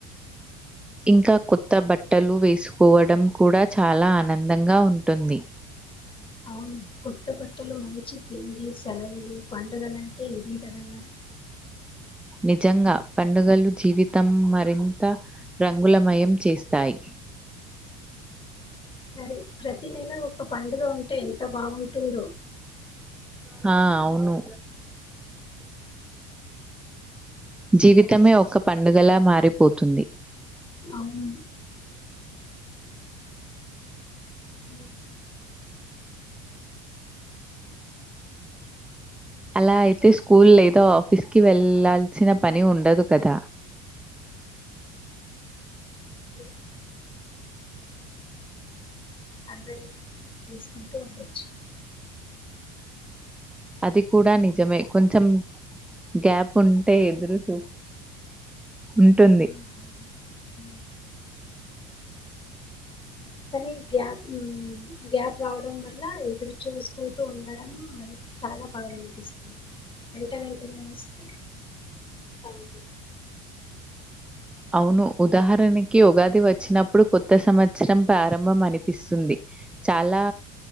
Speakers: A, in the centre; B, on the left.
A: ఇంకా కొత్త బట్టలు వేసుకోవడం కూడా చాలా ఆనందంగా ఉంటుంది
B: అవును కొత్త భట్టలు మనించి తిండి సెలవులు పండుగలంటే ఇది కదన్నారు
A: నిజంగా పండుగలు జీవితం మరింత రంగులమయం చేస్తాయి
B: సరే ప్రతి నెల ఒక పండుగ ఉంటే ఎంత బాగుంటుందో
A: హా అవును జీవితమే ఒక్క పండుగలా మారిపోతుంది
B: అవును అ
A: అలా అయితే స్కూల్ ఏదో ఆఫీస్ కి వెళ్లాల్సిన పని ఉండదు కదా
B: వీలైతే అందరూ తీసుకుంటూ ఉండొచ్చు
A: అది కూడా నిజమే కొంచం గ్యాప్ ఉంటే ఎదురు చూ ఉంటుంది
B: ఆ, అవును, అవును. కానీ గ్యాప్ గ్యాప్ రావడం వల్ల ఎదురు చూసుకుంటూ ఉండడం చాలా బాగా అనిపిస్తుంది వెంట వెంటనే వస్తే అంతీ
A: అవును ఉదాహరణకి ఉగాది వచ్చినప్పుడు కొత్త సంవత్సరం ప్రారంభం అనిపిస్తుంది చాలా